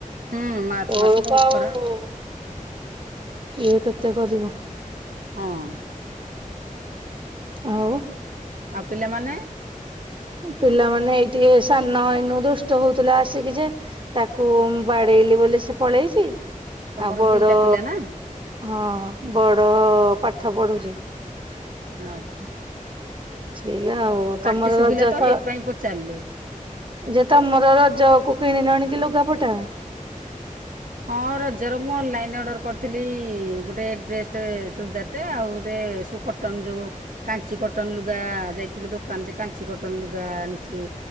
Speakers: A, on the right; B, on the right.
A: ହୁଁ ମାର୍ଚ୍ଚ ମାସ
B: ଅଳପ
A: ବହୁତ
B: ଆଉ
A: ଖରା
B: ଇଏ କେତେ କରିବ।
A: ହଁ।
B: ଆଉ
A: ଆଉ ପିଲାମାନେ
B: ପିଲାମାନେ ଏଇ ଟିକେ ସାନ ଏଇନୁ ଦୁଷ୍ଟ ହଉଥିଲା ଆସିକି ଯେ ତାକୁ ବାଡେଇଲି ବୋଲି ସେ ପଳେଇଛି,
A: ତମର
B: ଆଉ ବଡ
A: ଦିଟା ପିଲା ନା
B: ହଁ ବଡ ପାଠ ପଢୁଛି।
A: ଆଚ୍ଛା।
B: ଛେଇଆ ଆଉ। ତମର
A: ପାଟି ଶୁଭିଲା
B: ରଜ
A: ତ
B: ସ
A: ହେଇଥିପାଇଁ ପଚାରିଲି।
B: ଯେ ତମର ରଜ କୁ କିଣିଲଣି କି ଲୁଗାପଟା?
A: ହଁ ରଜର ମୁଁ ଅନଲାଇନ ଅର୍ଡ଼ର କରିଥିଲି ଗୋଟେ ଡ୍ରେସଟେ ଚୁରଦାରଟେ, ଆଉ ଗୋଟେ ସୁକଟ କଟନ ଯୋଉ କାଞ୍ଚି କଟନ ଲୁଗା ଯାଇଥିଲେ ଦୋକାନ ଯେ କାଞ୍ଚି କଟନ ଲୁଗା ଆଣିଚି